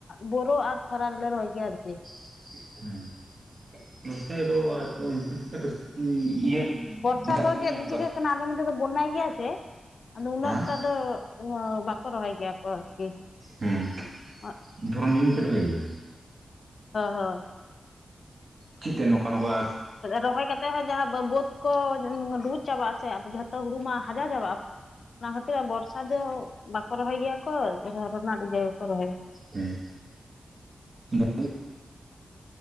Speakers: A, on the left (about 65°); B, on the right (about 45°).
A: ᱵᱳᱨᱳ ᱟᱨ ᱠᱷᱚᱨᱟ ᱨᱮᱞᱮ ᱨᱚᱦᱚᱭ ᱜᱮᱭᱟ ᱟᱨ ᱠᱤ
B: ᱦᱮᱸ ᱱᱚᱛᱮ ᱫᱚ <inaudible>
A: ᱵᱚᱨᱥᱟ
B: ᱫᱟᱜ
A: ᱫᱚ
B: ᱢᱮᱱᱟᱜᱼᱟ
A: ᱪᱮᱫ
B: ᱱᱚᱝᱠᱟ
A: ᱪᱤᱠᱟᱹᱜ ᱠᱟᱱᱟ ᱟᱞᱮ ᱱᱚᱛᱮ ᱫᱚ ᱵᱳᱱᱱᱟᱭ ᱜᱮᱭᱟ ᱥᱮ ᱟᱫᱚ ᱩᱱᱟᱹᱜ
B: ᱦᱮᱸ
A: ᱮᱠᱴᱟ ᱫᱚ ᱚ ᱵᱟᱠᱚ ᱨᱚᱦᱚᱭ ᱜᱮᱭᱟ ᱠᱚ ᱟᱨᱠᱤ
B: ᱦᱩᱸ
A: ᱦᱳᱭ
B: ᱫᱷᱚᱨᱚᱱ ᱫᱤᱱ ᱦᱚᱸᱯᱮ ᱨᱚᱦᱚᱭ ᱜᱮᱭᱟ?
A: ᱦᱳᱭ
B: ᱪᱮᱫ ᱛᱮ ᱱᱚᱝᱠᱟ ᱱᱚᱝᱠᱟᱼᱼ
A: ᱨᱚᱦᱚᱭ ᱠᱟᱛᱮᱜ ᱦᱚᱸ ᱡᱟᱦᱟᱸ ᱵᱟᱹᱫ ᱠᱚ ᱵᱩᱵᱩᱡ ᱪᱟᱵᱟᱜ-ᱟ ᱥᱮ ᱡᱷᱚᱛᱚ ᱦᱩᱲᱩ ᱢᱟ ᱦᱟᱡᱟᱣ ᱪᱟᱵᱟᱜᱼᱟ ᱚᱱᱟ ᱠᱷᱛᱤᱨ ᱵᱚᱨᱥᱟ ᱫᱚ ᱵᱟᱠᱚ ᱨᱚᱦᱚᱭ ᱜᱮᱭᱟ ᱠᱚ <inaudible> ᱨᱚᱦᱚᱭᱟ
B: ᱦᱮᱸ <inaudible>